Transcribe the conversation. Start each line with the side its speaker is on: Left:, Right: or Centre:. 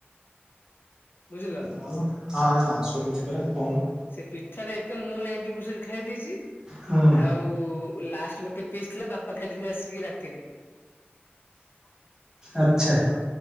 Left: ବୁଝିଲ।
Right: ହ ହଁ ହଁ ଶୁଭୁଛି ପରା କହୁନ।
Left: ସେ ପିଠା ଟା ଏକା ମୁଁ ନାଇଣ୍ଟି ପରସେଣ୍ଟ ଖାଇ ଦେଇେଇଛି
Right: ହୁଁ
Left: ଆଉ। ଲାଷ୍ଟ ଗୋଟେ ପିସ୍ ଥିଲା ବାପା ଖାଇଦେଇଛନ୍ତି ଆସିକି ରାତିରେ।
Right: ଆଚ୍ଛା